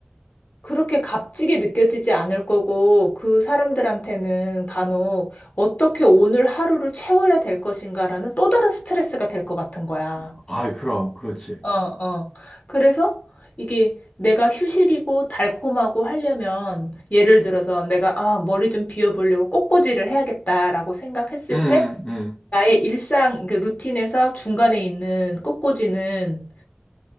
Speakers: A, on the left; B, on the left.
A: 그렇게 값지게 느껴지지 않을 거고, 그 사람들한테는 간혹 어떻게 오늘 하루를 채워야 될 것인가라는 또 다른 스트레스가 될 것 같은 거야.
B: 아이, 그럼, 그렇지.
A: 어, 어. 그래서 이게 내가 휴식이고 달콤하고 하려면, 예를 들어서 내가, 아, 머리 좀 비워보려고 꽃꽂이를 해야겠다라고 생각했을
B: 응,
A: 때,
B: 응, 응.
A: 나의 일상, 그 루틴에서 중간에 있는 꽃꽂이는